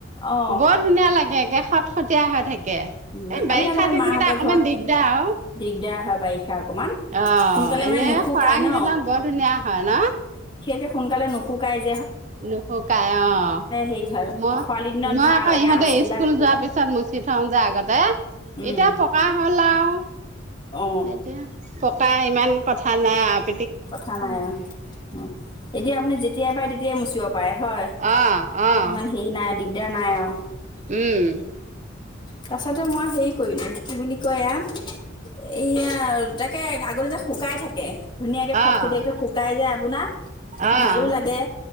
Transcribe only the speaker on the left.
অ
উম
আমি
আগতে
মাহঁতৰ
ঘৰত
দিগদাৰ হয় বাৰিষা অকণমান
সোনকালে
মানে নুশুকাই
ন।
কে সোনকালে নুশুকাই য
হেৰি হয়
খৰালি দিনত
ভাল
একে
আচবিলাক
উম
অ
কথা নাই আৰু, অ, এতিয়া আপুনি যেতিয়াই পাৰে তেত যে মুছিব পায় হয়,
ইমান হেৰি নাই দিগ দে নাই আৰু
তাৰছতে মই হেৰি কৰিলো, কি বুলি কয় এয়া, এইয়া তাকে আগতে যে শুকাই থাকে। ধুনীয়াকৈ খটখটীয়াকৈ
শুকাই যায় আপোনাৰ
ভালো লাগে